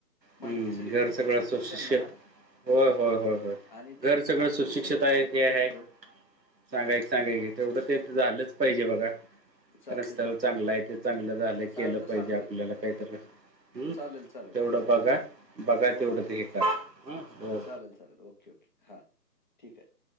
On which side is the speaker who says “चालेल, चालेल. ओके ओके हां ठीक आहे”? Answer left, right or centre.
Left